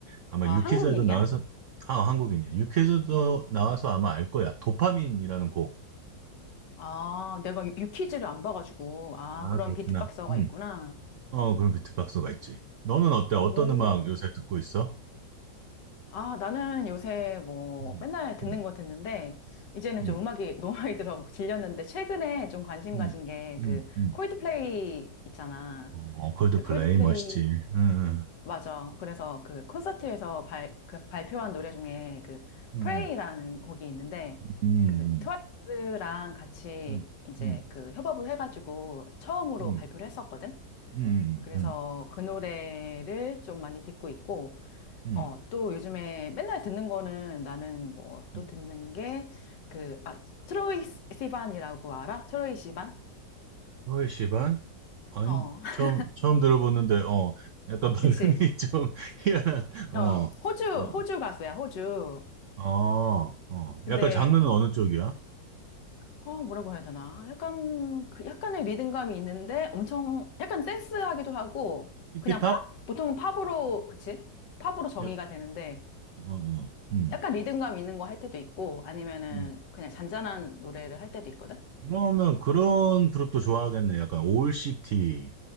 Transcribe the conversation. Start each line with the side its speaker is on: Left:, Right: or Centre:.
Right: 아마
Left: 아,
Right: 유퀴즈에도
Left: 한국인이야?
Right: 나와서 아 한국인이야. 유퀴즈도 나와서 아마 알 거야. 도파민이라는 곡.
Left: 아, 내가 유- 유퀴즈를 안 봐가지고. 아,
Right: 아
Left: 그런
Right: 그렇구나.
Left: 비트박서가
Right: 음.
Left: 있구나.
Right: 어 그럼 비트박스가 있지. 너는 어때?
Left: 오.
Right: 어떤 음악 요새 듣고 있어?
Left: 아, 나는 요새 뭐
Right: 음.
Left: 맨날 듣는
Right: 음.
Left: 거 듣는데, 이제는
Right: 음.
Left: 좀 음악이 <laughs> 너무 많이 들어 질렸는데, 최근에 좀 관심
Right: 음.
Left: 가진 게
Right: 음.
Left: 그,
Right: 음.
Left: 콜드플레이 있잖아.
Right: 어, 콜드플레이
Left: 그 콜드플레이,
Right: 멋있지. 응. 응.
Left: 맞아. 그래서 그 콘서트에서 발, 그 발표한 노래 중에 그
Right: 음
Left: Pray라는
Right: 음
Left: 곡이 있는데
Right: 음
Left: 그
Right: 음
Left: 트와이스랑 같이
Right: 음
Left: 이제
Right: 음
Left: 그 협업을 해가지고 처음으로
Right: 음
Left: 발표를 했었거든.
Right: 음 음
Left: 그래서
Right: 음
Left: 그 노래를 좀 많이 듣고 있고,
Right: 음
Left: 어, 또 요즘에 맨날 듣는 거는 나는 뭐 또
Right: 음.
Left: 듣는 게 그, 아, 트로이 시반이라고 알아? 트로이 시반?
Right: 10시 반? 아니,
Left: 어, <laughs>
Right: 처음, 처음 들어보는데, 어, 약간 발음이
Left: 그치.
Right: <laughs> 좀 희한한, 어,
Left: 어, 호주,
Right: 어,
Left: 호주 가수야, 호주.
Right: 어, 어.
Left: 근데
Right: 약간 장르는 어느 쪽이야?
Left: 어, 뭐라고 해야 되나? 약간, 그 약간의 리듬감이 있는데 엄청, 약간 댄스하기도 하고,
Right: 시티팝?
Left: 그냥 팝? 보통은 팝으로, 그치? 팝으로 정의가
Right: 약-
Left: 되는데,
Right: 어, 어, 음,
Left: 약간 리듬감 있는 거 할 때도 있고, 아니면은
Right: 음.
Left: 그냥 잔잔한 노래를 할 때도 있거든?
Right: 그러면 그런 그룹도 좋아하겠네. 약간 올시티,